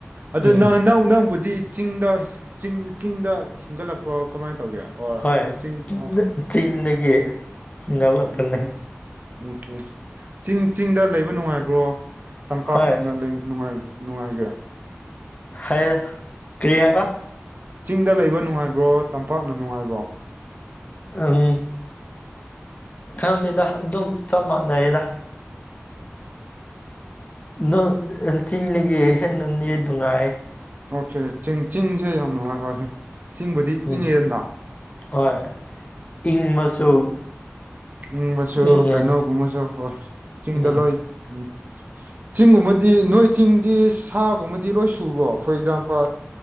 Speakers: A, on the right; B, on the left.
A: ꯑꯗꯨ
B: ꯎꯝ
A: ꯅꯪ ꯅꯪ ꯅꯪꯕꯨꯗꯤ ꯆꯤꯡꯗ ꯆꯤꯡ ꯆꯤꯡꯗ ꯁꯤꯡꯒꯠꯂꯛꯄ꯭ꯔꯣ ꯀꯃꯥꯏ ꯇꯧꯒꯦ ꯑꯣꯔ
B: ꯍꯣꯏ
A: ꯑꯣ ꯆꯤꯡ ꯑꯣꯀꯦ
B: ꯆꯤꯡꯗꯒꯤ ꯍꯤꯡꯒꯠꯂꯛꯄꯅꯦ
A: ꯎꯝ ꯎꯝ ꯑꯣꯀꯦ ꯆꯤꯡ ꯆꯤꯡꯗ ꯂꯩꯕ ꯅꯨꯡꯉꯥꯏꯕ꯭ꯔꯣ ꯇꯝꯄꯥꯛꯅ
B: ꯍꯣꯏ
A: ꯂꯩ ꯅꯨꯡꯉꯥꯏ ꯅꯨꯡꯉꯥꯏꯒꯦ
B: ꯍꯩ ꯀ꯭ꯔꯤ ꯍꯥꯏꯕ
A: ꯆꯤꯡꯗ ꯂꯩꯕ ꯅꯨꯡꯉꯥꯏꯕ꯭ꯔꯣ ꯇꯝꯄꯥꯛꯅ ꯅꯨꯡꯉꯥꯏꯕ꯭ꯔꯣ
B: ꯎꯝ ꯈꯪꯗꯦꯗ ꯑꯗꯨꯝ ꯆꯞ ꯃꯥꯟꯅꯩꯌꯦꯗ ꯍ ꯅ ꯆꯤꯡꯗꯒꯤ ꯍꯦꯟꯅ ꯅꯦ ꯅꯨꯡꯉꯥꯏ
A: ꯑꯣꯀꯦ ꯆꯤꯡ ꯆꯤꯡꯁꯦ ꯌꯥꯝ ꯅꯨꯡꯉꯥꯏ ꯍꯣꯏ ꯍꯣꯢ ꯆꯤꯡꯕꯨꯗꯤ
B: ꯎꯝ
A: ꯏꯪꯉꯤꯗꯥ
B: ꯍꯣꯏ ꯏꯪꯕꯁꯨ
A: ꯏꯪꯕꯁꯨ
B: ꯏꯪꯉꯦ
A: ꯀꯩꯅꯣꯒꯨꯝꯕꯁꯨ ꯍꯣꯏ ꯆꯤꯡꯗ
B: ꯎꯝ
A: ꯂꯣꯏ ꯎꯝ
B: <inaudible>
A: ꯆꯤꯡꯒꯨꯝꯕꯗꯤ ꯅꯣꯏ ꯆꯤꯡꯗꯤ ꯁꯥꯒꯨꯝꯕꯗꯤ ꯂꯣꯏ ꯁꯨꯕ꯭ꯔꯣ ꯐꯣꯔ ꯑꯦꯛꯖꯥꯝꯄꯜ